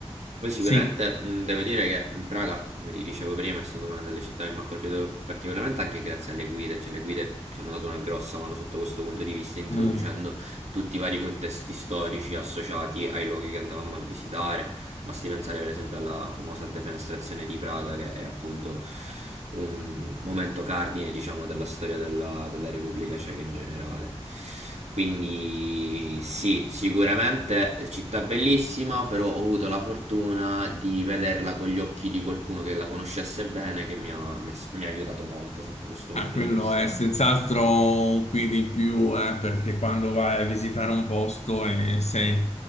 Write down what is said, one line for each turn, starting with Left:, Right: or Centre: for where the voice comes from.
Right: poi sicuramente
Left: Sì.
Right: mh, devo dire che Praga, come ti dicevo prima, è stata una delle città che mi ha colpito particolarmente anche grazie alle guide, cioè le guide ci hanno dato una grossa mano sotto questo punto di vista, introducendo
Left: Mm.
Right: tutti i vari contesti storici associati ai luoghi che andavamo a visitare, Basti pensare per esempio alla famosa defenestrazione di Praga, che è appunto un momento cardine, diciamo, della storia della, della Repubblica Ceca in generale. Quindi sì, sicuramente città bellissima, però ho avuto la fortuna di vederla con gli occhi di qualcuno che la conoscesse bene, che mi ha, mi ha- mi ha aiutato molto sotto questo punto
Left: Ah, quello
Right: di vista.
Left: è senz'altro un quid in più, eh, perché quando vai a visitare un posto e sei